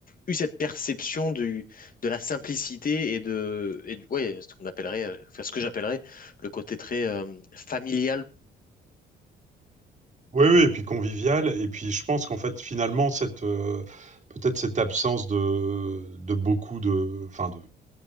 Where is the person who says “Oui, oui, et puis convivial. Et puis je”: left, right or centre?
Right